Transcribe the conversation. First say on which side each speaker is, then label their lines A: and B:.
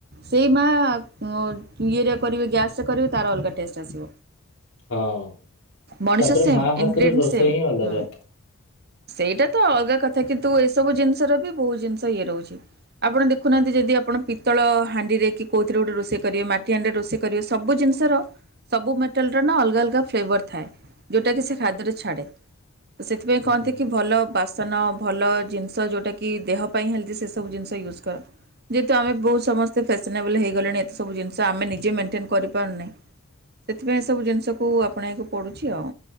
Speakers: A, on the right; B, on the left.
A: ସେଇ ମା ଅ ଇଏରେ କରିବେ ଗ୍ୟାସରେ କରିବେ ତାର ଅଲଗା ଟେଷ୍ଟ ଆସିବ।
B: ହଁ
A: ମଣିଷ
B: ତାପରେ
A: ସେମ୍
B: ମା ହାତର
A: ଇନ୍ଗ୍ରିଡିଣ୍
B: ରୋଷେଇ
A: ସେମ୍
B: ହିଁ ଅଲଗା।
A: ହୁଁ। ସେଇଟା ତ ଅଲଗା କଥା କିନ୍ତୁ ଏସବୁ ଜିନିଷର ବି ବହୁତ ଜିନିଷ ଇଏ ରହୁଛି। ଆପଣ ଦେଖୁନାହାନ୍ତି, ଯଦି ଆପଣ ପିତଳ ହାଣ୍ଡିରେ କି କୋଉଥିରେ ଗୋଟେ ରୋଷେଇ କରିବେ? ମାଟି ହଣ୍ଡିରେ ରୋଷେଇ କରିବେ? ସବୁ ଜିନିଷର ସବୁ ମେଟାଲର ନା ଅଲଗା ଅଲଗା ଫ୍ଲେଭର ଥାଏ। ଯୋଉଟାକି ସେ ଖାଦ୍ୟରେ ଛାଡେ। ସେଥିପାଇଁ କହନ୍ତି
B: ହୁଁ ହୁଁ।
A: କି? ଭଲ ବାସ ସନ ଭଲ ଜିନିଷ ଯୋଉଟାକି ଦେହ ପାଇଁ ହେଲ୍ଦି, ସେ ସବୁ ଜିନିଷ ୟୁଜ୍ କର। ଯେହେତୁ ଆମେ ବହୁତ ସମସ୍ତେ ଫ୍ୟାସନେବଲ ହେଇଗଲେଣି। ଏତେ ସବୁ ଜିନିଷ ଆମେ ନିଜେ ମେଣ୍ଟେନ କରିପାରୁନେ? ସେଥିପାଇଁ ସବୁ ଜିନିଷକୁ ଆପଣେଇକୁ ପଡୁଛି ଆଉ।